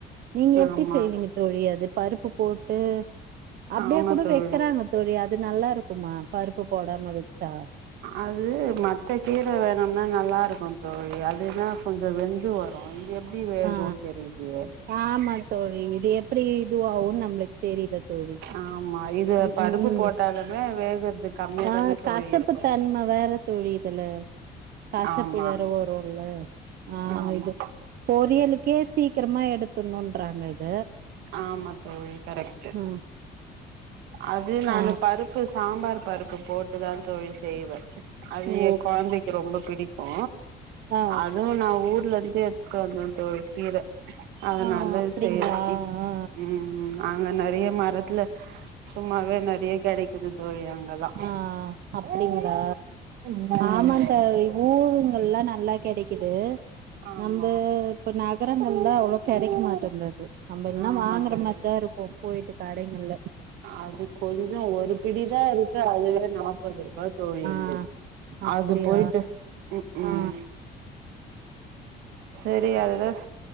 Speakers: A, on the right; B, on the right.
A: நீங்க எப்படி
B: ஆமா
A: செய்வீங்க தோழி அது பருப்பு போட்டு அப்டியே
B: ஆமா
A: கூட
B: தோழி
A: வைக்கிறாங்க தோழி அது நல்லா இருக்குமா பருப்பு போடாம வெச்சா
B: அது மத்த கீர வேணும்னா நல்லா இருக்கு தோழி அது அதுனா கொஞ்சோ வெந்து வரு இது எப்படி வேகுன்னு
A: ஆ
B: தெரிலயே
A: ஆமா தோழி இது எப்டி இது ஆவுன்னு நம்ளுக்கு தெரில தோழி
B: ஆமா இது
A: ம்,
B: பருப்பு
A: ம்
B: போட்டாலுமே வேகறது கம்மியா
A: ஆ
B: தானே தோழி
A: கசப்பு
B: இருக்கு
A: தன்ம வேற தோழி இதுல கசப்பு
B: ஆமா
A: வேற வரும்ல ஆ
B: ஆமா
A: இது பொரியலுக்கே சீக்கிரமா எடுத் துன்னூன்றாங்க இத
B: ஆமா தோழி கரெக்ட்டு
A: ம்
B: அது நானு
A: ஆ
B: பருப்பு சாம்பார் பருப்பு போட்டு தா தோழி செய்வே அது
A: ஓ
B: என் கொழந்தைக்கு ரொம்ப பிடிக்கு
A: ஆ
B: அதுவு நா ஊர்ல இது எடுத்துட்டு வந்த தோழி கீர அதனால
A: ஆ அப்டிங்களா
B: இது செய்ற
A: ஆ
B: ம் ம் அங்க நறைய மரத்துல சும்மாவே நறைய கெடைக்குது தோழி அங்கல்லா
A: ஆஆ அப்டிங்களா
B: ம்
A: ஆமா தோழி ஊருங்கல்ல நல்லா கெடைக்குது
B: ஆமா
A: நம்ப இப்ப நகரங்கள்ல அவ்ளோ கெடைக்க மாட்டேந்தது நம்ம இதுல்லாம்
B: ஆமா
A: வாங்குற
B: தோழி
A: மாதிரிதான் இருக்கும் போய்டு கடைகள்ல
B: அது கொஞ்சம் ஒரு பிடிதான் இருக்கு அதுவே நமப்பது ரொம்பா தோழி
A: ஆ
B: இங்க
A: அப்டியா
B: அது போயிட்டு உம்
A: ஆ
B: செரி அதுதான்